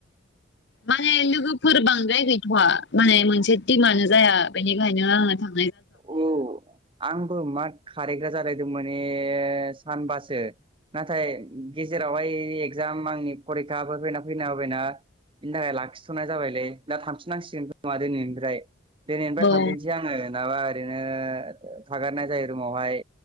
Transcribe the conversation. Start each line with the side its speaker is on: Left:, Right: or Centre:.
Left: माने लोगो फोर बांद्राय गैथ'वा माने मोनसे टिमानो जाया बेनिखायनो आङो थां।
Right: औ आंबो मा खारैग्रा जालाय। गोदो माने सानबासो। नाथाय गेजेरावहाय एगजाम आंनि फरिखाफोर फैना फैना होबायना। बेनि थाखाय लाखिथ'नाय जाबायलै दा थांफिनांसिगोन नङा दिनैनिफ्राय दिनैनिफ्राय
Left: औ
Right: थांफिनसै आङो। नाबा ओरैनो थागारनाय जायो रुमावहाय